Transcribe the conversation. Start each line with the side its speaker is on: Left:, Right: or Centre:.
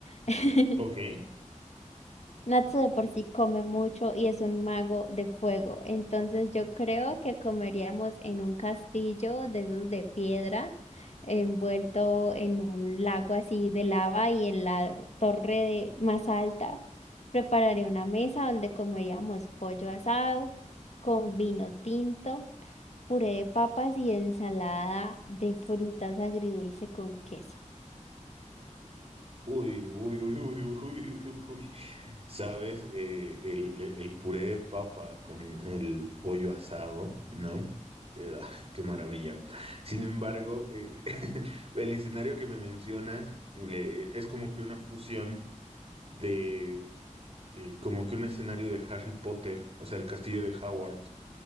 Left: <laughs>
Right: Ok.
Left: Natsu de por sí come mucho y es un mago de fuego, entonces yo creo que comeríamos en un castillo de esos de piedra, envuelto en un lago así de lava y en la torre de- más alta. Prepararé una mesa donde comeríamos pollo asado con vino tinto, puré de papas y ensalada de frutas agridulce con queso.
Right: Uy, uy, uy, uy, <laughs> uy, uy, uy. ¿Sabes? Eh, el, el puré de papa con el pollo asado, ¿no? Eh, ah, qué maravilla. Sin embargo, eh, <laughs> el escenario que me mencionas eh, es como que una fusión de, eh, como que un escenario de Harry Potter, o sea, el castillo de Hogwarts,